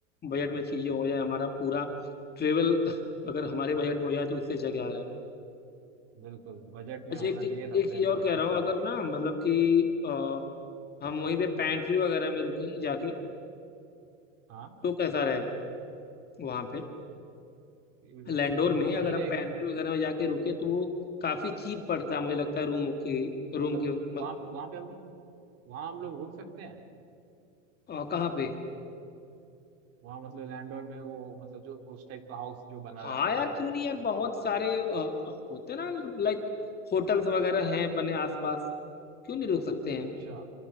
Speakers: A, on the right; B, on the left.
A: और
B: बजट में
A: ब-
B: चीजें हो जाए हमारा पूरा ट्रेवल <laughs> अगर हमारे बजट में हो जाए तो उससे अच्छा क्या रहेगा
A: बिल्कुल बजट
B: अच्छा
A: में होना
B: एक चीज
A: चाहिए सबसे
B: एक चीज
A: इम्पोर्टेंट
B: और कह रहा हूँ
A: चीज
B: अगर
A: है ये
B: ना मतलब कि अ, हम वहीं पे पैंट्री वगैरह में रुके जाके
A: हाँ
B: तो कैसा रहेगा वहाँ पे
A: वगैरह
B: लैंडोर में
A: हाँ
B: अगर
A: सही रहेगा
B: हम पैंट्री वगैरह में जाके रुके तो वो काफी चीप पड़ता है मुझे लगता है रूम के रूम
A: मतलब
B: के मतलब
A: वहाँ वहाँ पे हम वहां हम लोग रुक सकते हैं
B: अ, कहाँ पे
A: वहां मतलब लैंडोर में वो मतलब जो उस टाइप का हाउस जो बना
B: हाँ
A: रहता
B: यार
A: है
B: क्यों नहीं यार बहुत सारे अ, होते ना लाइक होटल्स वगैरह हैं बने आसपास क्यों नहीं रुक सकते हैं
A: अच्छा